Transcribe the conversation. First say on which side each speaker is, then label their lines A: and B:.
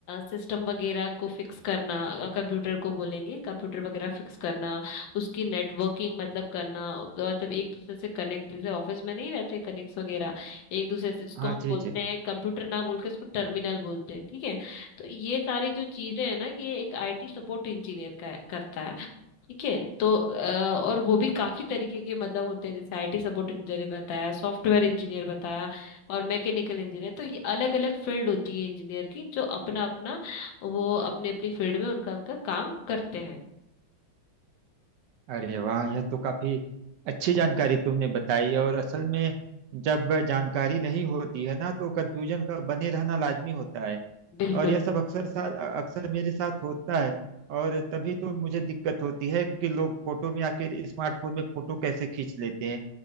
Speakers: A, on the left (about 65°); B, on the right (about 70°).
A: सिस्टम वगैरह को फिक्स करना कंप्यूटर को बोलेंगे कंप्यूटर वगैरह फिक्स करना उसकी नेटवर्किंग मतलब करना तो मतलब एक दूसरे से कनेक्ट जैसे ऑफिस में नहीं रहते कनेक्ट वगैरह एक दूसरे से जिसको
B: हाँ
A: हम
B: जी
A: बोलते
B: जी
A: हैं कंप्यूटर ना बोल के इसको टर्मिनल बोलते हैं ठीक है तो ये सारी जो चीजें हैं ना कि ये एक आईटी सपोर्ट इंजीनियर का करता है ठीक है तो अ, और वो भी काफी तरीके के मतलब होते हैं जैसे आईटी सपोर्ट इंजीनियर बताया सॉफ्टवेयर इंजीनियर बताया और मैकेनिकल इंजीनियर तो ये अलग अलग फील्ड होती है इंजीनियर की जो अपना अपना वो अपने अपनी फील्ड में उनका उनका काम करते हैं
B: अरे वाह यह तो काफी अच्छी जानकारी तुमने बताई और असल में जब जानकारी नहीं होती है ना तो कंफ्यूजन का बने रहना लाजमी होता है
A: बिल्कुल
B: और यह सब अक्सर साथ अक्सर मेरे साथ होता है और तभी तो मुझे दिक्कत होती है कि लोग फोटो में आखिर स्मार्टफोन में फोटो कैसे खींच लेते हैं